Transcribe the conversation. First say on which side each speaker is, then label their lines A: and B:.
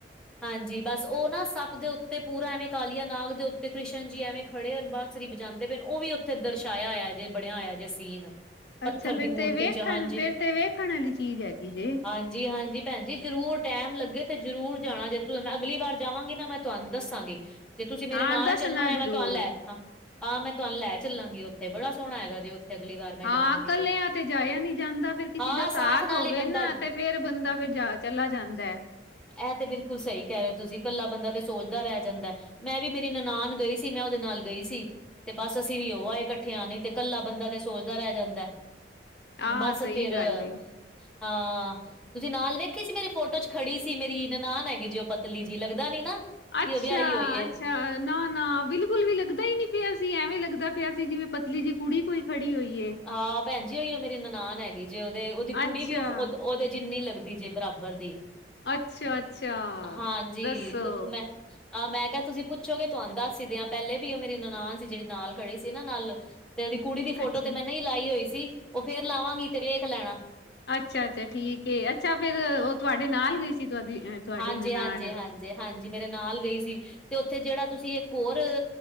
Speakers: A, in the centre; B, on the left (about 65°).
A: ਹਾਂਜੀ ਬਸ ਉਹ ਨਾ ਸੱਪ ਦੇ ਉੱਤੇ ਪੂਰਾ ਐਵੇਂ ਕਾਲੀਆ ਨਾਗ ਦੇ ਉੱਤੇ ਕ੍ਰਿਸ਼ਨ ਜੀ ਐਵੇਂ ਖੜੇ ਹੋ ਬਾਂਸਰੀ ਬਜ ਜਾਂਦੇ ਪਏ ਉਹ ਵੀ ਉੱਥੇ ਦਰਸਾਇਆ ਹੋਇਆ ਜੇ ਬਣਿਆ ਹੋਇਆ ਜੇ ਸੀਨ, ਪੱਥਰ
B: ਅੱਛਾ
A: ਦੀ
B: ਫੇਰ
A: ਮੂਰਤੀ
B: ਤੇ ਵੇਖਣ
A: ਚ ਹਾਂਜੀ
B: ਫੇਰ ਤੇ ਵੇਖਣ ਆਲੀ ਚੀਜ਼ ਹੈਗੀ ਜੇ
A: ਹਾਂਜੀ ਹਾਂਜੀ, ਭੈਣ ਜੀ ਜਰੂਰ ਟੈਮ ਲੱਗੇ ਤੇ ਜਰੂਰ ਜਾਣਾ ਜੇ ਤ ਮੈਂ ਅਗਲੀ ਵਾਰ ਜਾਵਾਂਗੀ ਨਾ ਮੈਂ ਤੁਹਾਨੂੰ ਦੱਸਾਂਗੀ। ਜੇ ਤੁਸੀਂ ਮੇਰੇ
B: ਹਾਂ
A: ਨਾਲ
B: ਦੱਸਣਾ
A: ਚੱਲਣਾ ਹੋਇਆ
B: ਜ਼ਰੂਰ
A: ਮੈਂ ਤੁਹਾਨੂੰ ਲੈ ਹਾਂ ਆ ਮੈਂ ਤੁਹਾਨੂੰ ਲੈ ਚੱਲਾਂਗੀ ਉੱਥੇ ਬੜਾ ਸੋਹਣਾ ਹੈਗਾ ਜੇ ਅਗਲੀ ਵਾਰ, ਮੈਂ
B: ਹਾਂ
A: ਜਾਵਾਂਗੀ
B: ਕੱਲਿਆਂ ਤੇ ਜਾਇਆ ਨਹੀਂ ਜਾਂਦਾ ਫਿਰ ਕਿਸੇ
A: ਹਾਂ
B: ਦਾ ਸਾਥ
A: ਨਾਲ
B: ਹੋਵੇ
A: ਹੀ ਬੰਦਾ
B: ਨਾ ਤੇ ਫਿਰ ਬੰਦਾ ਫਿਰ ਜਾ ਚਲਾ ਜਾਂਦਾ ਹੈ।
A: ਇਹ ਤੇ ਬਿਲਕੁਲ ਸਹੀ ਕਹਿ ਰਹੇ ਹੋ ਤੁਸੀਂ ਇਕੱਲਾ ਬੰਦਾ ਤੇ ਸੋਚਦਾ ਰਹਿ ਜਾਂਦਾ। ਮੈਂ ਵੀ ਮੇਰੀ ਨਨਾਨ ਗਈ ਸੀ ਮੈਂ ਉਹਦੇ ਨਾਲ ਗਈ ਸੀ। ਤੇ ਬਸ ਅਸੀਂ ਵੀ ਉਹ ਆਏ ਇਕੱਠੇ ਆ ਨੀ ਤੇ ਕੱਲਾ ਬੰਦਾ ਤੇ ਸੋਚਦਾ ਰਹਿ ਜਾਂਦਾ।
B: ਆਹ
A: ਬਸ
B: ਸਹੀ
A: ਫਿਰ
B: ਗੱਲ ਏ।
A: ਹਾਂ ਤੁਸੀਂ ਨਾਲ ਵੇਖੀ ਸੀ ਮੇਰੀ ਫੋਟੋ ਚ ਖੜੀ ਸੀ ਮੇਰੀ ਨਨਾਨ ਹੈਗੀ ਜੀ ਉਹ ਪਤਲੀ ਜੀ ਲੱਗਦਾ ਨੀ ਨਾ
B: ਅੱਛਾ
A: ਕਿ ਉਹ ਵਿਆਹੀ ਹੋਈ ਏ
B: ਅੱ ਨਾ ਨਾ ਬਿਲਕੁਲ ਵੀ ਲੱਗਦਾ ਹੀ ਨ ਪਿਆ ਸੀ ਐਵੇਂ ਲੱਗਦਾ ਪਿਆ ਸੀ ਜਿਵੇਂ ਪਤਲੀ ਜਿ ਕੁੜੀ ਕੋਈ ਖੜੀ ਹੋਈ ਹੈ।
A: ਹਾਂ ਭੈਣਜੀ ਓ ਉਹ ਮੇਰੀ ਨਨਾਨ ਹੈਗੀ ਜੇ ਉਹਦੇ ਉਹਦੀ ਕੁੜੀ
B: ਅੱਛਾ
A: ਵੀ ਦੇ ਜਿੰਨੀ ਲੱਗ ਜੇ ਬਰਾਬਰ ਦੀ
B: ਅੱਛਾ-ਅੱਛਾ,
A: ਹਾਂਜੀ
B: ਦੱਸੋ
A: ਤੇ ਮੈਂ ਆਹ ਮੈਂ ਕਿਹਾ ਤੁਸੀਂ ਪੁੱਛੋਗੇ ਤੁਹਾਨੂੰ ਦੱਸ ਦਈਏ ਆ ਪਹਿਲੇ ਵੀ ਉਹ ਮੇਰੀ ਨਨਾਨ ਸੀ ਜਿਹੜੀ ਨਾਲ ਖੜੀ ਸੀ ਨਾ ਨਾਲ ਤੇ ਉਹਦੀ ਕੁੜੀ ਫੋਟੋ
B: ਅੱਛਾ
A: ਤੇ ਮੈਂ ਨਹੀਂ ਲਾਈ ਹੋਈ ਸੀ ਉਹ ਫਿਰ ਲਾਵਾਂਗੀ ਤੇ ਵੇਖ ਲੈਣਾ
B: ਅੱਛਾ ਅੱਛਾ ਠੀਕ ਅੱਛਾ ਫਿਰ ਉਹ ਤੁਹਾਡੇ ਨਾਲ ਗਈ ਸੀ ਤੁਹਾਡੀ ਅ ਤੁਹਾਡੀ
A: ਹਾਂਜੀ,
B: ਨਨਾਣ
A: ਹਾਂਜੀ, ਹਾਂਜੀ, ਹਾਂਜੀ ਮੇਰੇ ਨਾਲ ਗਈ ਸੀ। ਤੇ ਉੱਥੇ ਜਿਹੜਾ ਤੁਸੀਂ ਇੱਕ ਹੋਰ